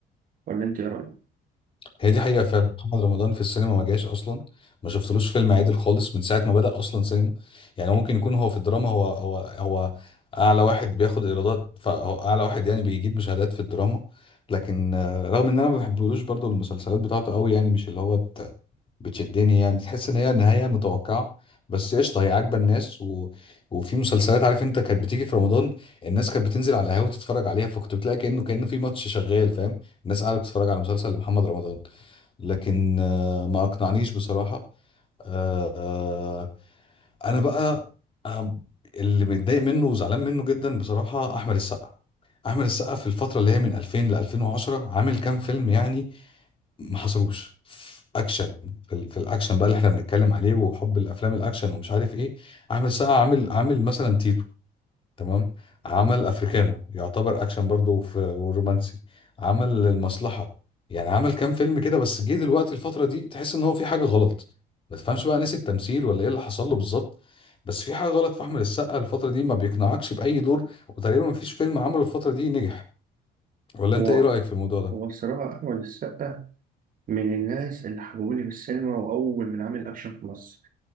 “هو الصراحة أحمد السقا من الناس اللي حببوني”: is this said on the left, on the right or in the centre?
Right